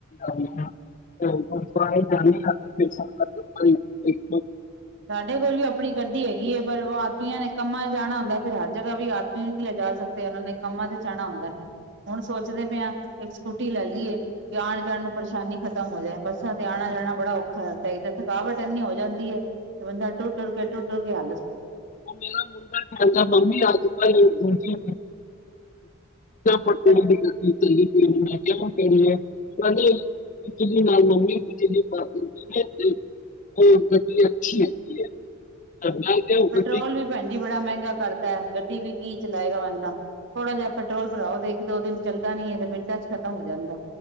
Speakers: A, on the left (about 35°); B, on the right (about 55°).
A: ਜਾਂਦੇ ਹ ਸ ਇੱਕ
B: ਸਾਡੇ ਕੋਲ ਵੀ ਆਪਣੀ ਗੱਡੀ ਹੈਗੀ ਹੈ ਪਰ ਉਹ ਆਦਮੀਆਂ ਨੇ ਕੰਮਾਂ ਚ ਜਾਣਾ ਹੁੰਦਾ ਫ਼ਿਰ ਹਰ ਜਗ੍ਹਾ ਵੀ ਆਦਮੀ ਵੀ ਨਹੀਂੀ ਲਿਜਾ ਸਕਦੇ ਉਹਨਾਂ ਨੇ ਕੰਮਾਂ ਤੇ ਜਾਣਾ ਹੁੰਦਾ ਹੁਣ ਸੋਚਦੇ ਪਏ ਹ ਇੱਕ ਸਕੂਟੀ ਲੈ ਲਈਏ ਤੇ ਆਉਣ ਜਾਣ ਨੂੰ ਪਰੇਸ਼ਾਨੀ ਖਤਮ ਹੋ ਜਾਏ ਬੱਸਾਂ ਤੇ ਆਉਣਾ ਲੈਣਾ ਬੜਾ ਔਖਾ ਲਗਦਾ ਏ ਏਕ ਤੇ ਥਕਾਵਟ ਏਨੀ ਹੋ ਜਾਂਦੀ ਹੈ ਬਦਾ ਟੂ ਟੁਰ ਟੂ ਟੁਰਕੇ ਆ
A: ਉਹ ਮੇਰਾ ਮੁੰਡਾ ਖਦਾ ਮੰਮੀ ਅੱਜ ਕੱਲ ਬੀ ਪਟਰੋਲ
B: ਪਰ
A: ਦੀ ਗੱਡੀ ਚ ਕਿ ਪੈਣੀ ਹੈ ਪਦੇ ਬਿਜਲੀ ਨਾਲ ਮੰਮੀ ਬਿਜਲੀ ਪਾ ਦਿੰਦੀ ਨੇ ਤੇ ਉਹ ਗੱਡੀ ਅੱਛੀ ਹੈਗੀ ਹੈ ਸਪਨਾ ਆ ਗਿਆ ਹੋਊਗਾ
B: ਚੌਲ ਵੀ ਭੈਣਜੀ ਬੜਾ ਮਹਿੰਗਾ ਕਰਤਾ ਗੱਡੀ ਵੀ ਕੀ ਚਲਾਏਗਾ ਬੰਦਾ ਥੋੜਾ ਜਹਾ ਪੈਟਰੋਲ ਭਰਾਓ ਤੇ ਇੱਕ ਦੋ ਦਿਨ ਚੱਲਦਾ ਨੀ ਹੈ ਤੇ ਮਿੰਟਾਂ ਚ ਖਤਮ ਹੋ ਜਾਂਦਾ